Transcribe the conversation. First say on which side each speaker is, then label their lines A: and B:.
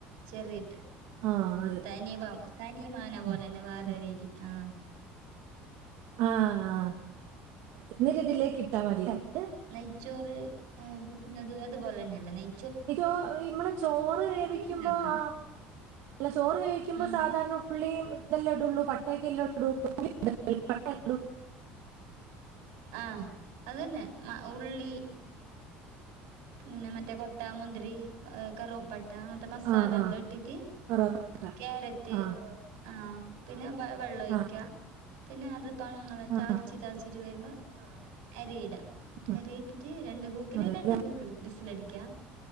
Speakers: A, on the right; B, on the right.
A: ചെറിയ
B: ആ അത്
A: തനി തനിമാന പോലെ
B: ഉം,
A: തന്നെ വേറെ
B: ഉം.
A: അരി ആഹ
B: ആഹ ആ എന്നരി ഇതിലേക്ക് ക ഇട്ടാ മതി അത്
A: നെയ്ച്ചോറ് വിക്കുന്നത് അതുപോലെ തന്നെയല്ലേ നെയ
B: ോ ഇമ്മളെ ചോറ് വേവിക്കുമ്പോ
A: മിക്സ് ആക്കാം
B: ആ ഇ ചോറ് വേവിക്കുമ്പോ
A: ഉം.
B: സാധാരണ ഉള്ളി ഇതല്ലോടുള്ളൂ പട്ടക്കെല്ലാംോടുള്ള <unintelligible>
A: ആ അത് തന്നെ മം ഉള്ളി പിന്നെ മറ്റേ കൊ പട്ട, മുന്തിരി, കറുവപ്പട്ട, അങ്ങനത്തെ മസാലല്ലാം
B: ആ ആ ആ
A: ഇട്ടിട്ട്.
B: പറ പറ.
A: ക്യാരറ്റ്
B: ആ
A: ആ പിന്നെ വെള്ളൊഴിക്ക.
B: ആ
A: പിന്നെ, അത് അങ്ങനെ
B: ആ,
A: തിളച്ച് തിളിച്ചിട്ട് വരുമ്പോ അരിയിടാ.
B: ആ,
A: അരി ഇട്ടിട്ട് രണ്ട് കൂക്കില്
B: അതെല്ലേ
A: രണ്ട് കൂക്കല് ബിസിൽ അടിക്കാ